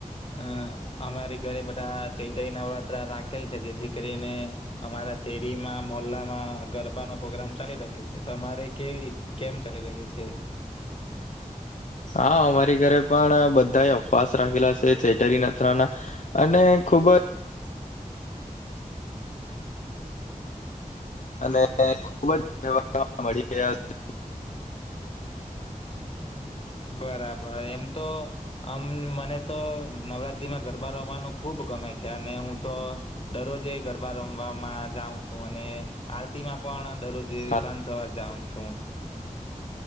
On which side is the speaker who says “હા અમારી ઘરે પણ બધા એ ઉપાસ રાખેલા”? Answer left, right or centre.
Left